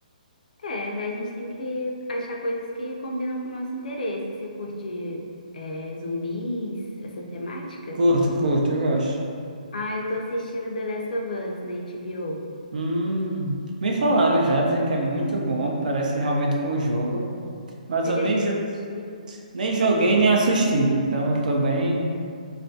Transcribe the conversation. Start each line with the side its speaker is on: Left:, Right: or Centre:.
Left: é, a gente tem que achar coisas que combinam com o nosso interesse. Você curte é, zumbis, essa temática?
Right: Curto, curto, eu gosto.
Left: Ah, eu tô assistindo The Last of Us na HBO.
Right: Hum, me falaram já, dizem que é muito bom, parece realmente com o jogo, mas
Left: Você
Right: eu
Left: já
Right: nem,
Left: chegou
Right: jo-
Left: a assistir?
Right: Nem joguei, nem assisti, então eu tô bem,